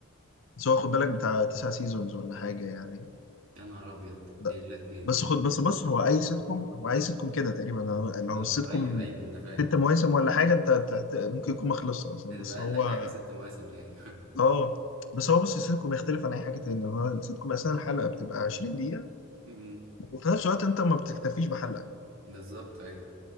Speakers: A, on the left (about 65°); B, on the right (about 80°).
A: بس هو خد بالك بتاع تسع سيزونز ولا حاجة يعني
B: يا نهار ابيض
A: ده.
B: دي ليلة كبيرة
A: بس
B: دي
A: خد بس بص هو اي سيت كوم هو اي سيت كوم كده تقريبا هو- لو
B: اه
A: السيت كوم
B: ايوه ايوه ما انا فاهم
A: ست مواسم ولا حاجة انت تحت... ممكن يكون ما خلصش اصلا
B: ده
A: بس
B: تبقى اقل
A: هو
B: حاجة ست مواسم دي ايوه <laughs>
A: اه بس هو بص السيت كوم يختلف عن اي حاجة تانية هو السيت كوم اصلا الحلقة بتبقى 20
B: أمم،
A: وفي نفس الوقت انت ما بتكتفيش بحلقه
B: بالظبط ايوه